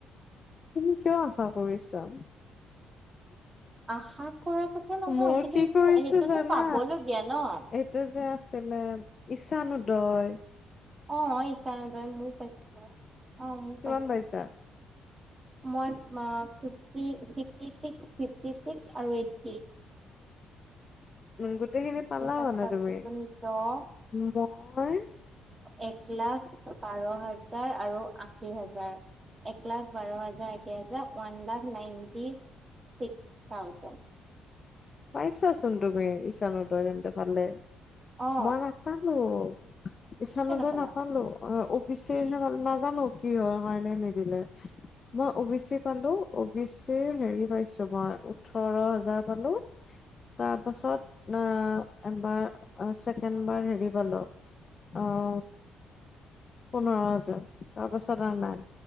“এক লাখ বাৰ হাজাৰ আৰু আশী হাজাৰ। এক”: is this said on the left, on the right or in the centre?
Right